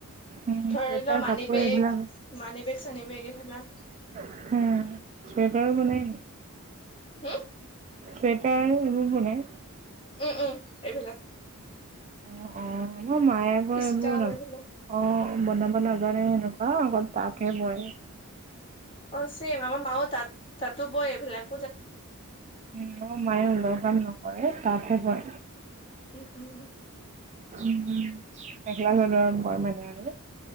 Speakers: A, on the right (about 30°); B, on the left (about 25°).
A: উম,
B: ধৰি
A: চুৱেটাৰ
B: লোৱা মানি
A: কাপোৰ
B: বেগ
A: এইবিলাক
B: মানি বেগ চানী বেগ এইবিলাক।
A: উম, চুৱেটাৰো বনাই নি
B: হে
A: চুৱেটা সেইবোৰ বনাই।
B: উম উম এইবিলাক
A: অ' অ' আমাৰ মাইয়ে আকৌ এইবোৰ
B: স্কাপ
A: ন
B: এইবিলাক
A: অ'। বনাব নাজানে সেনেকুৱা অকল তাঁতহে বয়।
B: অ' ছেম আমাৰ মাও তাত তাতো বয় এইবিলাক।
A: উম, মাইয়ো অলপ। কাম নকৰে তাত হে বয়।
B: উম - উম।
A: উম, মেখেলা চাদৰ বয় মানে আৰু।